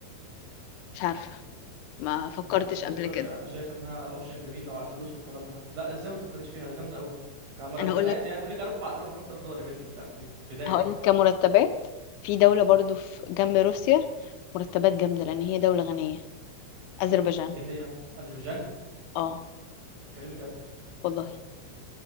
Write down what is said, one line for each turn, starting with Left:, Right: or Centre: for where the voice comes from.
Left: مش عارفه ما فكرتش
Right: يعني جنوب
Left: قبل
Right: افريقيا
Left: كده
Right: انا شايف انها اوبشن جميل لو على الفلوس والكلام ده لا ازاي ما تفكريش فيها ده جامدة قوي كمرتبات
Left: انا هقول لك
Right: يعني بقول لك 4000 5000 دولار يا بنتي ومش عارف ايه بداية
Left: هقول لك كمرتبات في دوله برضو في جنب روسيا مرتبات جامده لان هي دوله غنيه اذربيجان
Right: ايه هي اذربيجان
Left: اه
Right: اتكلمي جد
Left: والله